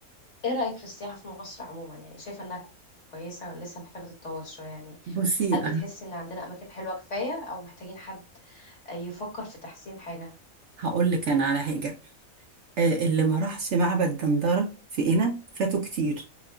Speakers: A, on the left; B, on the right.
A: ايه رأيك في السياحة في مصر عموما يعني شايفة انها كويسة ولا لسه محتاجة تتطور شوية يعني
B: بصي
A: هل بتحسي ان عندنا أماكن حلوة كفاية أو محتاجين حد يفكر في تحسين حاجة
B: هقول لك انا على حاجه آه، اللي ما راحش معبد دندره في قنا فاتوا كتير